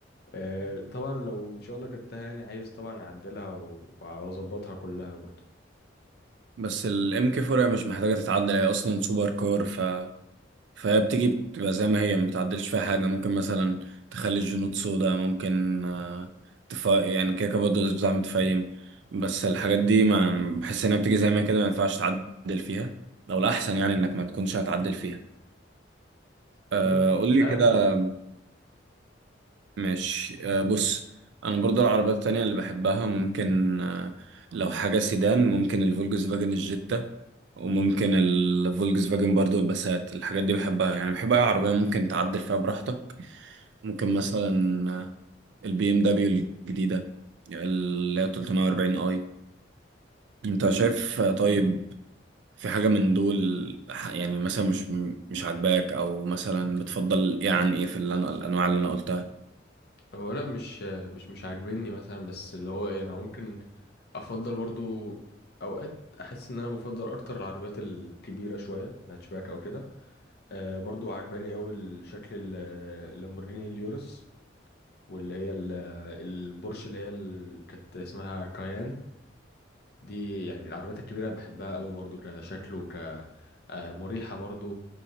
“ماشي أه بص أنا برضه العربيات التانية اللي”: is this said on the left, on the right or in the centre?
Right